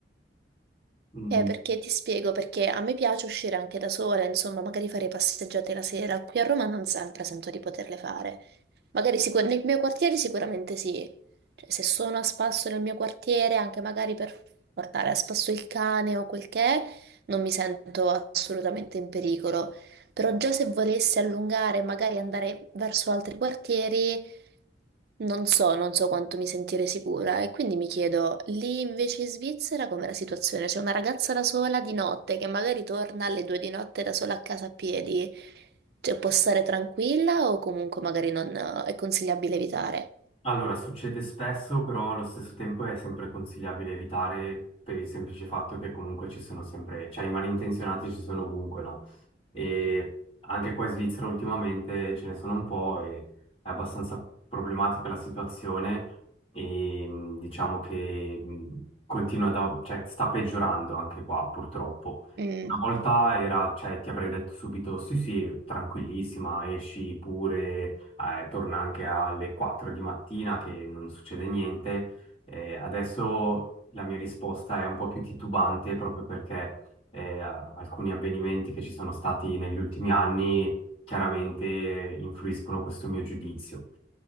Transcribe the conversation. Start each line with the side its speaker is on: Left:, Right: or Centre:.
Left: Mm,
Right: ok, perché ti spiego, perché a me piace uscire anche da sola, insomma, magari fare passeggiate la sera, qui a Roma non sempre sento di poterle fare, magari sicur- nel mio quartiere sicuramente sì, Cioè, se sono a spasso nel mio quartiere, anche magari per portare a spasso il cane o quel che è, non mi sento assolutamente in pericolo, però già se volessi allungare e magari andare verso altri quartieri... Non so, non so quanto mi sentirei sicura e quindi mi chiedo, lì invece in Svizzera com'è la situazione? C'è una ragazza da sola di notte che magari torna alle due di notte da sola a casa a piedi, cioè può stare tranquilla o comunque magari non eh, è consigliabile evitare?
Left: Allora, succede spesso, però allo stesso tempo è sempre consigliabile evitare per il semplice fatto che comunque ci sono sempre, cioè i malintenzionati ci sono ovunque, no? e anche qua in Svizzera ultimamente ce ne sono un po' e è abbastanza problematica la situazione e mh, diciamo che mh, continua da, cioè, sta peggiorando anche qua purtroppo.
Right: Mm,
Left: Una volta era, cioè, ti avrei detto subito sì sì, tranquillissima, esci pure, eh, torna anche alle 4 di mattina che non succede niente. Eh, adesso la mia risposta è un po' più titubante proprio perché eh, alcuni avvenimenti che ci sono stati negli ultimi anni chiaramente influiscono questo mio giudizio.